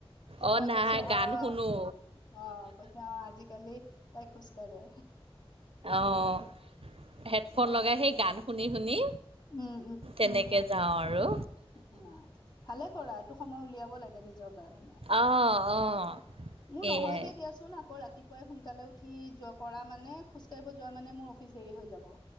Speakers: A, on the right (about 70°); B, on the left (about 45°).
A: অঁ
B: মই
A: নাই
B: কৈছোঁ
A: গান
B: অ'
A: শুনো
B: অ', কৈছে অ', আজিকালি তাই খোজ কাঢ়ে।
A: অ', হেডফোন
B: অ
A: লগাই সেই গান শুনি-শুনি
B: উম
A: তেনেক কে যাওঁ আৰু
B: উম, ভালেই কৰা। এইটো সময় উলিয়াব লাগে নিজৰ কাৰণে।
A: অঁ অঁ
B: মোৰ
A: সেয়াই
B: নহয়গে, দিয়াচোন আকৌ ৰাতিপুৱাই সোনকালে উঠি যোৱা কৰা, মানে খোজ কাঢ়িব যোৱা মানে মোৰ অফিচ দেৰি হৈ যাব।